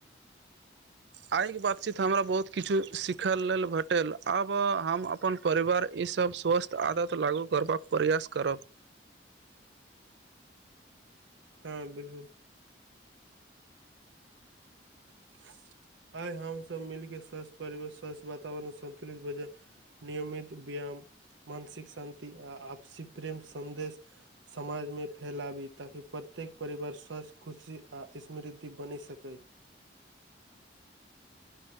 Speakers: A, on the right; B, on the right.
A: आइ के बातचीत हमरा बहुत किछु सिखय लेल भेटल आब हम अपन परिवार ईस स्वस्थ आदत लागू करबाक प्रयास करब
B: हँ बिलकुल <inaudible> आय हम सभ मिल केँ स्वस्थ परिवेश स्वस्थ वातावरण सन्तुलित भोजन नियमित व्यायाम मानसिक शान्ति आ आपसी प्रेम सन्देश समाजमे फैलाबी ताकि प्रत्येक परिवार स्वस्थ खुशी आ समृद्धि बनि सकैय